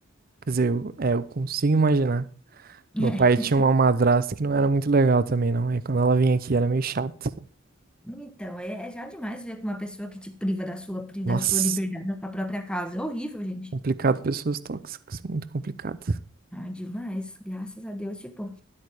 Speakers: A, on the right (about 45°); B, in the centre.
A: Quer dizer, eu- é, eu consigo imaginar.
B: É.
A: Meu pai tinha uma madrasta que não era muito legal também, não. Aí quando ela vinha aqui era meio chato.
B: Então, é, é já demais ver que uma pessoa que te priva da sua, pri-
A: Nossa,
B: da sua liberdade na sua própria casa. É horrível, gente.
A: complicado, pessoas tóxicas, muito complicado.
B: Ah, demais. Graças a Deus. Tipo,